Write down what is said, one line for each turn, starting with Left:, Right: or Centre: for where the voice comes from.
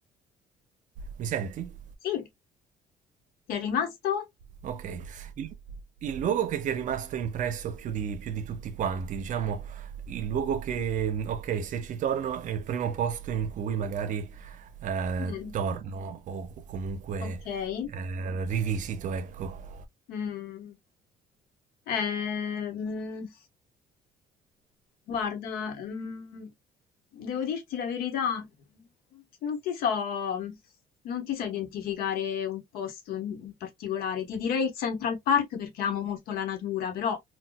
Right: Mi senti?
Left: Sì, ti è rimasto?
Right: Ok, il, il luogo che ti è rimasto impresso più di, più di tutti quanti, diciamo, il luogo che, ok, se ci torno è il primo posto in cui magari eh,
Left: Mh,
Right: torno o, o comunque
Left: okay.
Right: eh, rivisito, ecco.
Left: Mh. Ehm, guarda, mhmm, devo dirti la verità, non ti so non ti so identificare un posto in in particolare. Ti direi il Central Park perché amo molto la natura, però